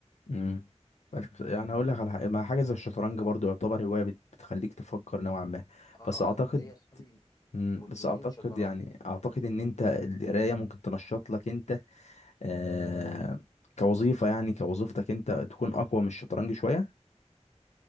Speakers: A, on the left; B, on the left.
A: امم يعني اقول لك على حاجه مع حاجه زي الشطرنج برضو يعتبر هوايه بت- بتخليك تفكر نوعا ما
B: آه
A: بس اعتقد
B: أنا ليا أصحابي
A: مم.
B: مدمنين
A: بس اعتقد
B: شطرنج
A: يعني اعتقد ان انت القرايه ممكن تنشط لك انت آه كوظيفه يعني كوظيفتك انت تكون اقوى من الشطرنج شويه